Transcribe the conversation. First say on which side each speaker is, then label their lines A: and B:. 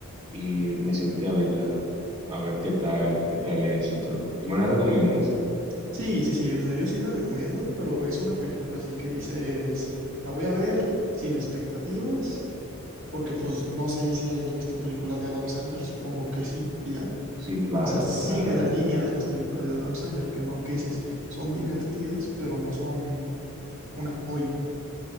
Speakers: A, on the right; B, on the right.
A: y me siente a verla, a ver qué tal, qué tal es y todo. ¿Tú me la recomiendas?
B: Sí, sí, sí, o sea, yo sí la recomiendo, pero es una película así que dices, la voy a ver sin expectativas porque pues no sé si hayas visto películas de Adam Sandler, supongo que sí, y ya.
A: Sí, claro,
B: O sea, sigue
A: claro.
B: la línea de las películas de Adam Sandler, que no, que dices, son divertidas, pero no son una joya.